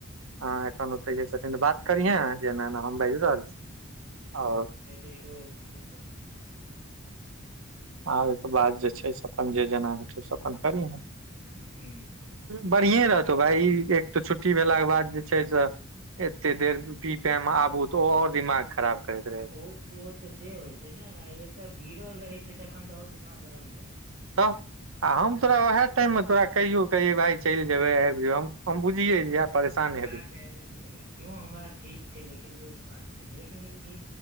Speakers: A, on the right; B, on the right.
A: हँ एखन ओ तै हे छथिन बात करिहें जे एना एना हम बाजि रहल छी
B: हँ
A: आओर
B: हँ से तऽ बुझ जाथिन
A: आ ओहिके बाद जे छै से अपन जे जेना होइ छै से अपन करीहाँ
B: हुँ हुँ
A: बढ़िए रहतौ भाय ई एक तऽ छुट्टी भेलाके बाद जे छै से एते देर पी पे मे आबू तऽ आऔर दिमाग खराब करैत रहे छै
B: ओ ओ तऽ से होइ छै ने आ एतय गिरल रहै छै तखन तऽ आओर दिमाग गरम भए जेतै
A: तऽ आ हम तोरा ओएह
B: ई
A: टाइम मे तोरा कहियो कहियै भााय चलि जेबै आबि जय हम बुझियए जे परेशान
B: हमरा
A: हेबही
B: जाय ले नैय एखनो हमरा ठीक छै लेकिन एगो बात कहै छै लेकिन ई